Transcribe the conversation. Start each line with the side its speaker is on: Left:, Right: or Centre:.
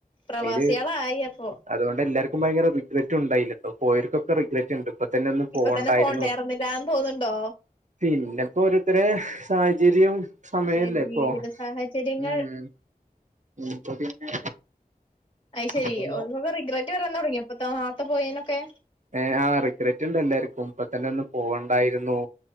Left: പ്രവാസികളായി
Right: അയ്ല്
Left: അപ്പൊ
Right: അതുകൊണ്ടെല്ലാർക്കും ഭയങ്കര റിഗ്രറ്റ്ണ്ടായില്ലട്ടോ. പോയേർകെക്കെ റിഗ്രറ്റ്ണ്ട്. ഇപ്പൊ തന്നെ ഒന്നും പോവണ്ടായിരുന്നുന്ന്
Left: ഇപ്പൊ തന്നെ പോണ്ടേർന്നില്ലാന്ന് തോന്നുന്നുണ്ടോ
Right: പിന്നെപ്പോ ഓരേര്ത്തര് സാഹചര്യം സമയല്ലേ
Left: അതെ ജീവിത
Right: ഇപ്പൊ
Left: സാഹചര്യങ്ങൾ
Right: ഉം ഇപ്പൊ പിന്നെ
Left: അയ് ശെരി
Right: ഇപ്പൊന്ന്
Left: ഒന്ന്റിഗ്രറ്റ് വരാൻതുടങ്ങിയപ്പെ. നാർത്ത പോയയി നൊക്കെ.
Right: ഏ ആ റിഗ്രറ്റ്ണ്ട് എല്ലാർക്കും പ്പതെന്നെന്നും പോവണ്ടായിരുന്നു